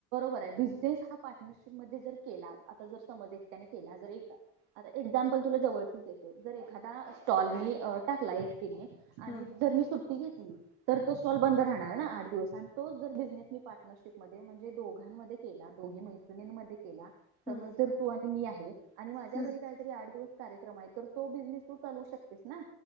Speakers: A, on the right (about 80°); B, on the left (about 20°).
A: बरं आहे बिझनेस हा पार्टनरशिप मध्ये जर केला आता जर समज एकट्याने केला जर एका एक्झाम्पल तर तुला जवळचे देते जर एखादा स्टॉल मी टाकला. ते मी आणि
B: हा
A: जर मी सुट ती घेतली तर तो स्टॉल बंद राहणार ना आठ दिवस आणि तोच जर बिझनेस मी पार्टनरशिपमध्ये म्हणजे दोघा दोघांमध्ये केला दोघी मैत्रिणीण मध्ये केला. समज
B: हा
A: जर तू आणि मी आहे. <inaudible> आणि माझ्या
B: हम्म
A: घरी काहीतरी आठ दिवस कार्यक्रम आहे तर तो बिझनेस तू चालू शकतेस ना.